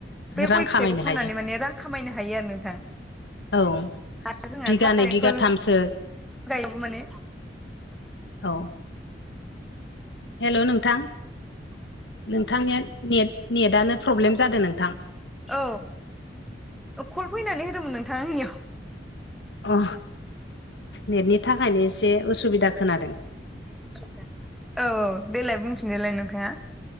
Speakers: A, in the centre; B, on the left.
A: बे
B: रां
A: गय
B: खामायनो
A: फिथाइखौ फाननानै
B: हायो
A: माने रां खामनो हायो नोंथां
B: औ
A: आरो जोंना
B: बिगानै
A: <unintelligible> थालिरफोर
B: बिगाथामसो
A: गायोबा माने
B: औ हेल' नोंथां नोंथांनिया नेट नेटनो प्रब्लेम जादों नोंथां
A: औ कल फैनानै होदोंमोन नोंथां आंनियाव
B: अ नेटनि थाखायनो एसे उसुबिदा खोनादों
A: एसे असुबिदा खोनादों औ देलाय बुंफिनदोलाय नोंथाङा